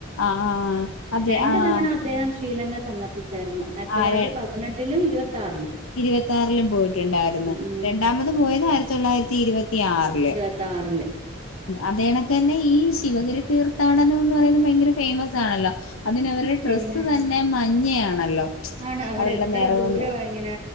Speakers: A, on the left; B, on the right.
A: ആഹ് ആഹ് അതെ
B: രണ്ടു
A: ആഹ്
B: തവണ അദ്ദേഹം ശ്രീലങ്ക സന്ദർശിച്ചായിരുന്നു ആയിരത്തി
A: ആരാ
B: തൊള്ളായിരത്തി പതിനെട്ടിലും ഇരുപത്തി ആറില്
A: ഇരുപത്തി ആറിലും പോയിട്ടുണ്ടായിരുന്നു
B: ഉം
A: രണ്ടാമത് പോയത് ആയിരത്തി തൊള്ളായിരത്തി ഇരുപത്തി ഇരുപത്തി ആറില്
B: ഇരുപത്താറില്.
A: അതണക്ക് തന്നെ ഈ ശിവഗിരി തീർത്ഥാടനം എന്ന് പറയുന്നത് ഭയങ്കര ഫേമസ് ആണല്ലോ അതിന അവരുടെ ഡ്രസ്സ്
B: പിന്നെ
A: തന്നെ തന്നെ മഞ്ഞയാണല്ലോ
B: ആണ് അവരെത്ര
A: അവരുടെ നിറവും
B: ദൂരവാ ഇങ്ങനെ